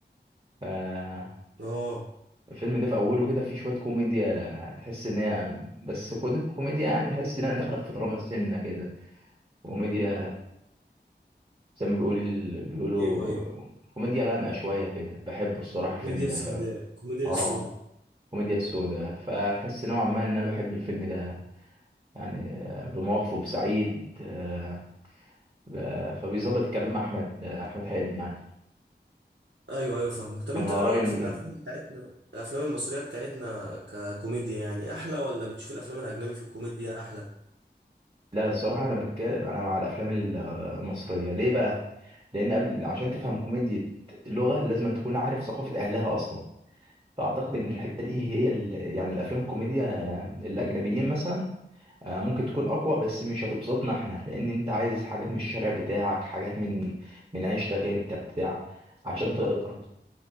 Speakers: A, on the right; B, on the right.
A: ف
B: اه
A: الفيلم ده في اوله كده فيه شويه كوميديا تحس ان هي بس كود- كوميديا يعني تحس انها داخله في دراما سنه كده كوميديا زي ما بيقول بيقولوا
B: ايوه ايوه
A: كوميديا غامقه شويه كده بحبه الصراحه الفيلم
B: الكوميديا
A: ده
B: السوداء
A: فانا
B: الكوميديا
A: اه
B: السوداء
A: كوميديا سودا فتحس نوعا ما ان انا بحب الفيلم ده يعني آه، بمواقفه بسعيد آه، آه، فبيظبط الكلام مع احمد آه، احمد حلمي يعني
B: ايوه ايوه فاهمك طب انت
A: انا
B: ايه رأيك
A: رايي انه
B: في الافلام
A: حلو
B: بتاعتنا الافلام المصرية بتاعتنا ككوميديا يعني احلى ولا بتشوف الافلام الاجنبي في الكوميديا احلى
A: لا الصراحه انا بك... انا مع الافلام ال- المصريه ليه بقى لان قبل عشان تفهم كوميديا لغه لازم أن تكون عارف ثقافه اهلها اصلا فاعتقد ان الحته دي هي ال... يعني الافلام الكوميديا آه، الاجنبيين مثلا آه، ممكن تكون اقوى بس مش هتبسطنا احنا لان انت عايز حاجات من الشارع بتاعك حاجات من من عيشتك انت بتاع عشان تقدر